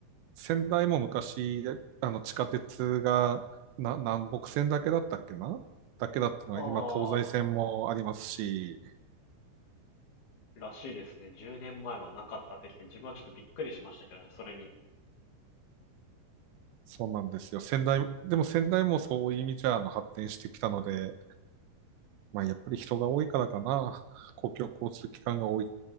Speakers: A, on the right; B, on the left.
A: 仙台も昔、あの地下鉄がな南北線だけだったっけなだけだったのは今東西線もありますし、
B: ああ、らしいですね。10年前はなかったってきて、自分はちょっとびっくりしましたけどね、それに。
A: そうなんですよ。仙台、でも仙台もそういう意味じゃ、あの、発展してきたので、まあ、やっぱり人が多いからかな。公共交通機関が多い、